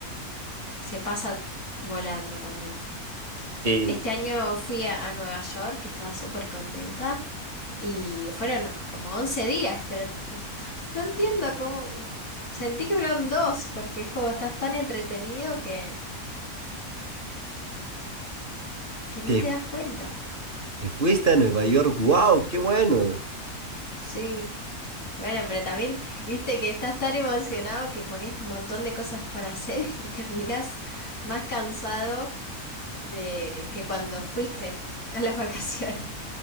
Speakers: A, on the left (about 75°); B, on the right (about 40°).
A: se pasa volando también.
B: Sí.
A: Este año fui a, a Nueva York, que estaba súper contenta, y fueron como 11 días, pero no entiendo cómo... Sentí que fueron dos, porque es como estás tan entretenido que, que ni
B: Te,
A: te das cuenta.
B: te fuiste a Nueva York, wow, qué bueno.
A: Sí, bueno, pero también viste que estás tan emocionado que pones un montón de cosas para hacer <laughs> y terminás más cansado de que cuando fuiste a las <laughs> vacaciones.